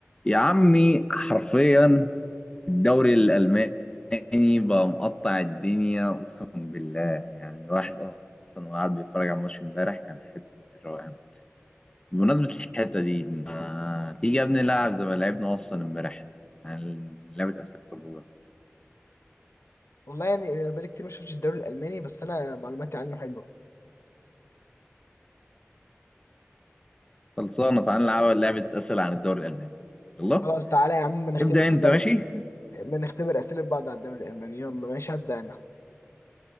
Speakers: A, on the left; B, on the left.
A: يا عمي حرفيا الدوري الألماني بقى مقطع الدنيا أقسم بالله يعني الواحد أصلا وقاعد بيتفرج على الماتش امبارح كان حتة الروقان بمناسبة الحتة دي ما تيجي يا ابني نلعب زي ما لعبنا أصلا امبارح يعني لعبة أسئلة وجوه
B: والله يعني بقالي كتير ما شفتش الدوري الالماني بس انا معلوماتي عنه حلوه
A: خلصانة تعال نلعب لعبة أسئلة عن الدوري الألماني يلا
B: خلاص تعالى يا عم ما نختبر
A: ابدأ
B: كده
A: أنت ماشي
B: ما نختبر اسئله بعض على الدوري الالماني يلا ماشي هبدا انا